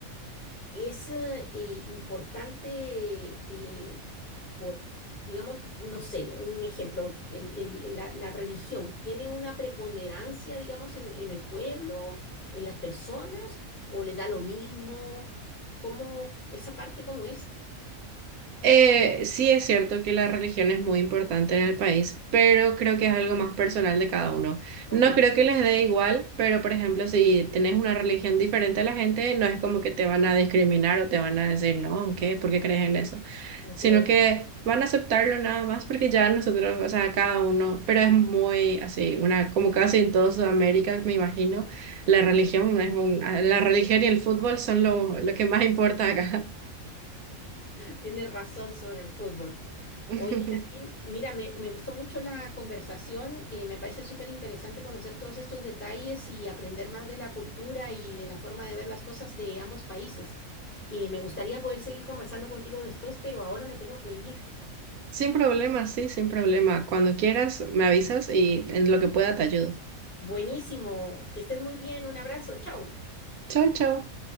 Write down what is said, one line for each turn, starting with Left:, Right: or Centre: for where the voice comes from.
Left: es eh, eh, importante, eh, po- digamos, no sé, un ejemplo, el- el- el- la, la religión tiene una preponderancia, digamos, en, en el pueblo, en las personas, o les da lo mismo, ¿cómo, esa parte cómo es?
Right: Eh, sí es cierto que la religión es muy importante en el país, pero creo que es algo más personal de cada uno.
Left: Ok,
Right: No creo que les dé igual, pero por ejemplo, si tenés una religión diferente a la gente, no es como que te van a discriminar o te van a decir, no, ¿qué? ¿Por qué crees en eso?
Left: ok.
Right: Sino que van a aceptarlo nada más porque ya nosotros, o sea, cada uno, pero es muy así, una, como casi en toda Sudamérica, me imagino, la
Left: <laughs>
Right: religión es un, la religión y el fútbol son lo, lo que más importa acá.
Left: Tienes razón sobre el fútbol.
Right: <laughs>
Left: Oye, Nadine, mira, me, me gustó mucho la conversación, eh, me parece súper interesante conocer todos estos detalles y aprender más de la cultura y de la forma de ver las cosas de ambos países. Eh, me gustaría poder seguir conversando contigo después, pero ahora me tengo que ir.
Right: Sin problema, sí, sin problema. Cuando quieras, me avisas y en lo que pueda te ayudo.
Left: Buenísimo, que estés muy bien, un abrazo, chao.
Right: Chao, chao.